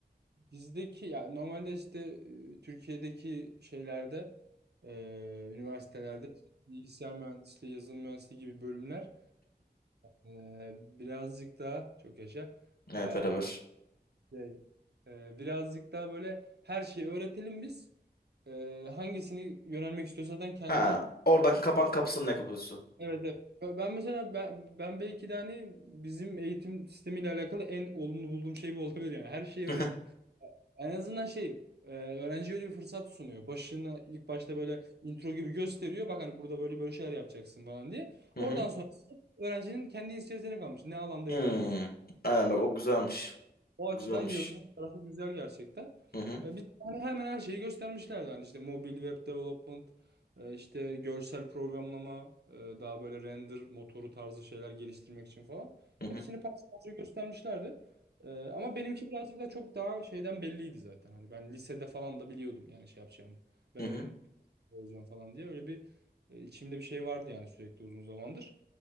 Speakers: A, on the right (about 70°); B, on the left (about 60°).
A: bizdeki ya normalde işte e, Türkiye'deki şeylerde e, üniversitelerde işte bilgisayar mühendisliği, yazılım mühendisliği gibi bölümler e, birazcık daha çok yaşa
B: Evet
A: e,
B: beraber.
A: şey, e, birazcık daha böyle her şeyi öğretelim biz. E, hangisini yönelmek istiyorsa zaten kendi
B: Ha, oradan kapan kapısının ne kapısı?
A: Evet evet. Ben ben mesela ben, ben belki de hani bizim eğitim sistemiyle alakalı en olumlu bulduğum şey bu olabilir yani. Her şeyi
B: <laughs>
A: öğret. En azından şey e, öğrenciye öyle bir fırsat sunuyor. Başını ilk başta böyle intro gibi gösteriyor. Bak hani burada böyle böyle şeyler yapacaksın falan diye.
B: Hı
A: Oradan
B: hı.
A: sonra öğrencinin kendi inisiyatifine kalmış. Ne alanda
B: Hmm.
A: ilerlemek
B: Aynen bak o güzelmiş.
A: o
B: O
A: açıdan
B: güzelmiş.
A: yazılım tarafı güzel gerçekten.
B: Hı hı.
A: E, biz hani hemen her şeyi göstermişlerdi. Hani işte mobil web development, e, işte görsel programlama, e, daha böyle render motoru tarzı şeyler geliştirmek için falan.
B: Hı
A: Hepsini
B: hı.
A: parça parça göstermişlerdi. E, ama benimki birazcık da çok daha şeyden belliydi zaten. Hani ben lisede falan da biliyordum yani şey yapacağımı. Ben
B: Hı
A: oyun
B: hı.
A: olacağım falan diye öyle bir e, içimde bir şey vardı yani sürekli uzun zamandır.